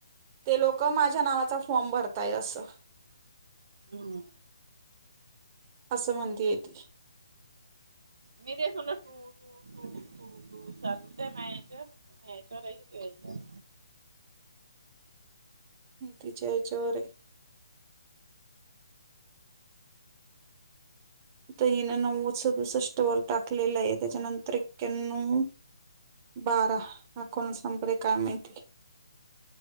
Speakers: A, on the right (about 30°); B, on the right (about 70°).
A: ते लोकं माझ्या नावाचा फॉर्म भरताय असं
B: हम्
A: असं म्हणतीये ती
B: मी तेच म्हणला तू तू तू तू तू धूते नायतर माझ्यावर आहेच
A: त्याच्या हेच्या वर आता हिन नव्वद सदुसष्ट वर टाकलेला आहे त्याच्यानंतर ए्याण्णव बारा हा कोणाचा नंबरे काय माहिती